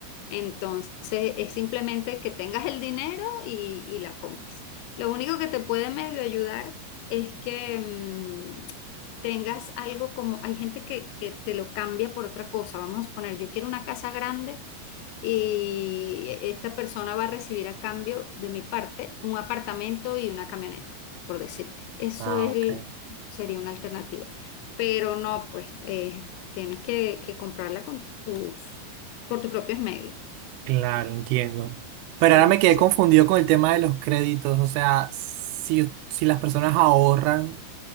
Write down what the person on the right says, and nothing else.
Ah,
ok.
Claro, entiendo. Pero
ahora me
quedé confundido con el tema de los créditos. O sea, si, si las personas ahorran,